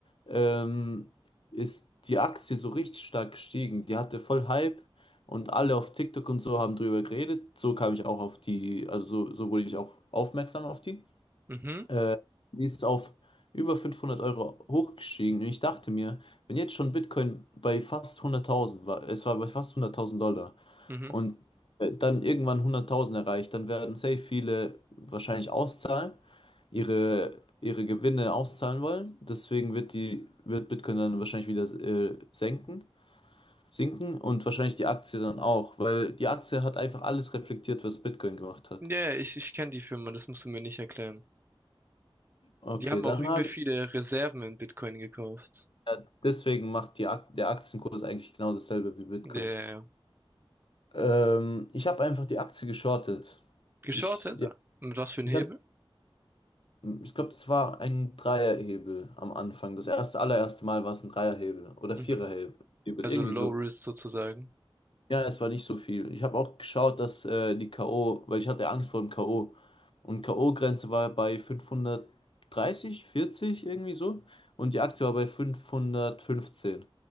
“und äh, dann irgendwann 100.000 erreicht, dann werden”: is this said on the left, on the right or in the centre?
Left